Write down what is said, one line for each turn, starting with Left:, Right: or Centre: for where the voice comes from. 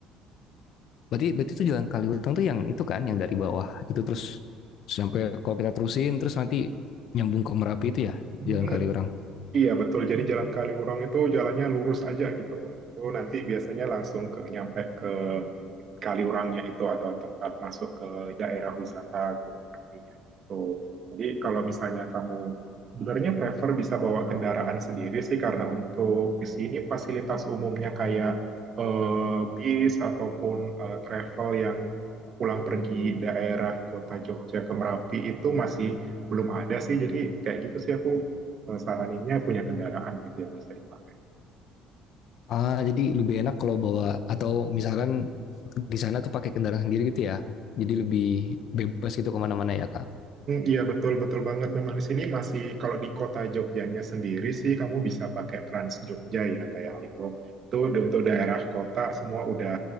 Left: berarti berarti itu jalan Kaliutang tuh yang itu kan yang dari bawah itu terus sampai kalau kita terusin terus nanti nyambung ke Merapi itu ya
Right: Hmm,
Left: jalan Kaliurang.
Right: Iya betul. Jadi jalan Kaliurang itu jalannya lurus aja gitu. Itu nanti biasanya langsung ke nyampe ke Kaliurangnya itu atau tempat masuk ke daerah wisata Gunung Tepinya. Tuh. Jadi kalau misalnya kamu sebenarnya prefer bisa bawa kendaraan sendiri sih karena untuk di sini fasilitas umumnya kayak eh, bis ataupun eh, travel yang pulang pergi daerah kota Jogja ke Merapi itu masih belum ada sih. Jadi kayak gitu sih aku saraninnya punya kendaraan gitu yang bisa dipakai.
Left: Ah, jadi lebih enak kalau bawa atau misalkan di sana tuh pakai kendaraan sendiri gitu ya. Jadi lebih bebas gitu kemana-mana ya kak.
Right: Iya betul betul banget memang di sini masih kalau di kota Jogjanya sendiri sih kamu bisa pakai Trans Jogja ya kayak gitu. Itu untuk daerah kota semua udah